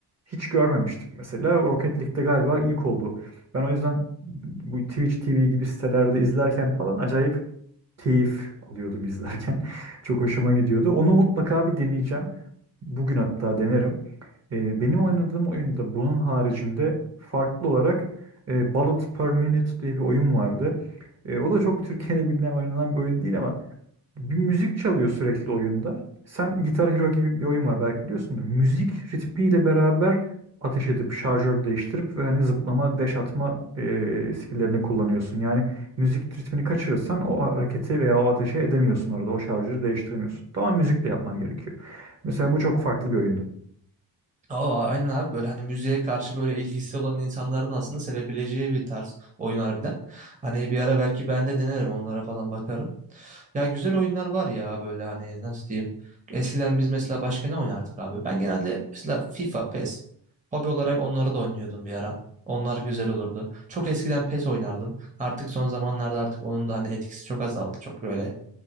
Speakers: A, on the right; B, on the right.
A: hiç görmemiştik mesela. Rocket League'de galiba ilk oldu. Ben o yüzden bu Twitch TV gibi sitelerde izlerken falan acayip keyif alıyordum izlerken. Çok hoşuma gidiyordu. Onu mutlaka bir deneyeceğim. Bugün hatta denerim. Ee, benim oynadığım oyunda bunun haricinde farklı olarak e, Bullet per Minute diye bir oyun vardı. E, o da çok <laughs> Türkiye'de bilinen oynanan bir oyun değil ama bir müzik çalıyor sürekli oyunda. Sen Guitar Hero gibi bir oyun var belki biliyorsundur. Müzik ritmiyle beraber ateş edip şarjör değiştirip ve hani zıplama, dash atma e, skill'lerini kullanıyorsun. Yani müzik ritmini kaçırırsan o hareketi veya o ateşe edemiyorsun orada. O şarjörü değiştiremiyorsun. Tamam müzikle yapman gerekiyor. Mesela bu çok farklı bir oyundu.
B: Aa, aynen abi böyle hani müziğe karşı böyle ilgisi olan insanların aslında sevebileceği bir tarz oyun harbiden. Hani bir ara belki ben de denerim onlara falan bakarım. Ya güzel oyunlar var ya böyle hani nasıl diyeyim. Eskiden biz mesela başka ne oynardık abi? Ben genelde mesela FIFA, PES. Hobi olarak onları da oynuyordum bir ara. Onlar güzel olurdu. Çok eskiden PES oynardım. Artık son zamanlarda artık onun da hani etkisi çok azaldı. Çok böyle